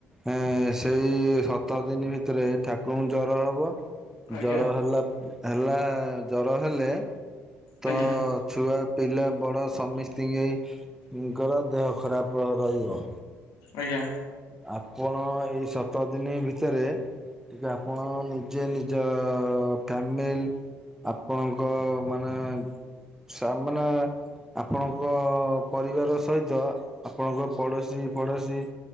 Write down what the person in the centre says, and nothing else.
ଏଁ ସେଇ ସତର ଦିନି ଭିତରେ ଠାକୁରଙ୍କୁ ଜର ହବ-
ଜର ହେଲା ହେଲା ଜର ହେଲେ ତ-
ଛୁଆ ପିଲା ବଡ ସମିସ୍ତିଙ୍କି ଙ୍କର ଦେହ ଖରାପ ର ରହିବ।
ଆପଣ ଏଇ ସତର ଦିନି ଭିତରେ ଟିକେ ଆପଣ ନି- ଯେ ନିଜ ଫ୍ୟାମିଲ ଆପଣଙ୍କ ମାନେ- ସାମ୍ନା ଆପଣଙ୍କ ପରିବାର ସହିତ ଆପଣଙ୍କ ପଡ଼ୋଶୀ ପଡ଼ୋଶୀ-